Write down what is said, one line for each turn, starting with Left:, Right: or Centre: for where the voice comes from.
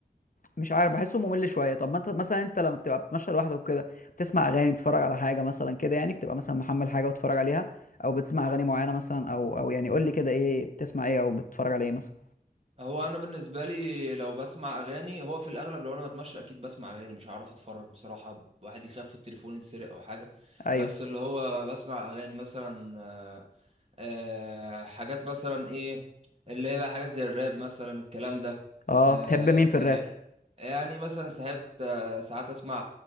Left: مش عارف بحسه ممل شويه طب ما انت مثلا انت لما بتبقى بتمشي لوحدك وكده بتسمع اغاني بتتفرج على حاجه مثلا كده يعني بتبقى مثلا محمل حاجه وتتفرج عليها او بتسمع اغاني معينه مثلا او او يعني قول لي كده ايه بتسمع ايه او بتتفرج على ايه مثلا
Right: هو انا بالنسبه لي لو بسمع اغاني هو في الاغلب لو انا بتمشى اكيد بسمع اغاني مش هعرف اتفرج بصراحه واحد يخاف التليفون يتسرق او حاجه
Left: ايوه
Right: بس اللي هو بسمع اغاني مثلا آه، آه، حاجات مثلا ايه اللي هي بقى حاجات زي الراب مثلا الكلام ده
Left: اه
Right: آه،
Left: بتحب مين
Right: ف
Left: في الراب
Right: يعني مثلا ساعات آه، ساعات اسمع